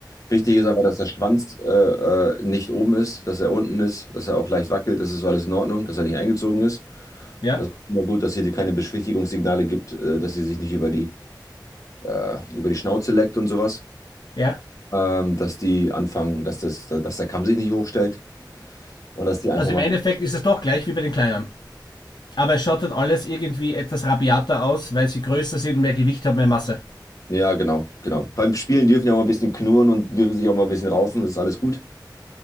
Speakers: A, on the left; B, on the left.
A: Wichtig ist aber, dass der Schwanz äh, äh, nicht oben ist, dass er unten ist, dass er auch leicht wackelt, das ist alles in Ordnung, dass er nicht eingezogen ist.
B: Ja?
A: Das ist immer gut, dass sie dir keine Beschwichtigungssignale gibt, äh, dass sie sich nicht über die, äh, über die Schnauze leckt und sowas.
B: Ja.
A: Ähm, dass die anfangen, dass, das, dass der Kamm sich nicht hochstellt und dass die einfach
B: Also
A: mal.
B: im Endeffekt ist es doch gleich wie bei den Kleinern. Aber es schaut halt alles irgendwie etwas rabiater aus, weil sie größer sind, mehr Gewicht haben, mehr Masse.
A: Ja, genau, genau. Beim Spielen dürfen die auch mal ein bisschen knurren und dürfen sich auch mal ein bisschen raufen, das ist alles gut.